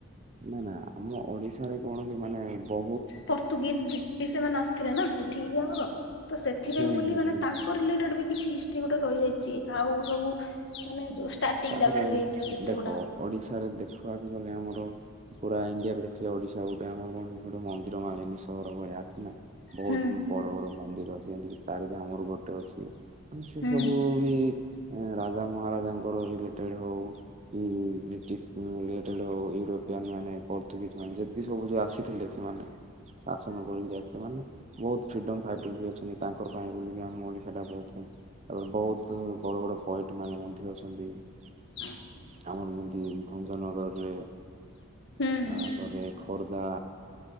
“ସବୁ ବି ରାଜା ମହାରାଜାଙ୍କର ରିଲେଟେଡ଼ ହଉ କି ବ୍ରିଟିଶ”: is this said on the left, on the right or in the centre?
Right